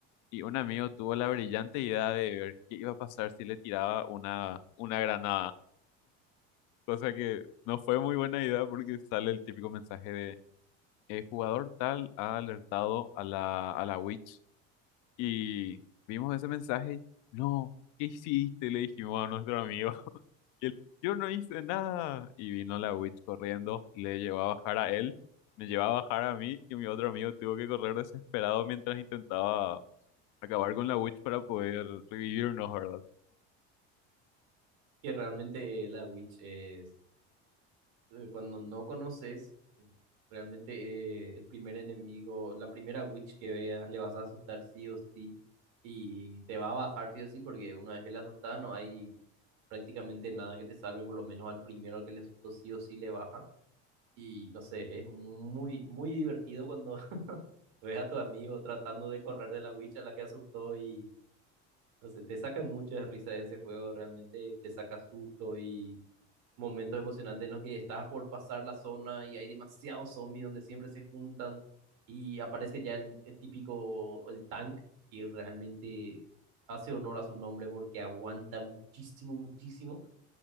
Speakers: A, on the left; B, on the right.
A: Y un amigo tuvo la brillante idea de ver qué iba a pasar si le tiraba una, una granada. Cosa que no fue muy buena idea porque sale el típico mensaje de eh, jugador tal ha alertado a la, a la witch y vimos ese mensaje. y, No, ¿qué hiciste? Le dijimos a nuestro amigo. <laughs> Y él, yo no hice nada. Y vino la witch corriendo, le llevó a bajar a él, me llevó a bajar a mí y mi otro amigo tuvo que correr desesperado mientras intentaba acabar con la witch para poder revivirnos, ¿verdad?
B: Que realmente la Witch es eh, cuando no conoces, eh, realmente eh, el primer enemigo, la primera witch que veas, le vas a asustar sí o sí y te va a bajar sí o sí, porque una vez que le asustas no hay prácticamente nada que te salve, por lo menos al primero al que le asustó sí o sí le baja. Y no sé, es muy, muy divertido cuando <laughs> ves a tu amigo tratando de correr de la witch a la que asustó y no sé, te saca mucho de risa ese juego, realmente te saca susto momentos emocionantes en los que estás por pasar la zona y hay demasiados zombies donde siempre se juntan y aparece ya el, el típico, el tank, y realmente hace honor a su nombre porque aguanta muchísimo, muchísimo.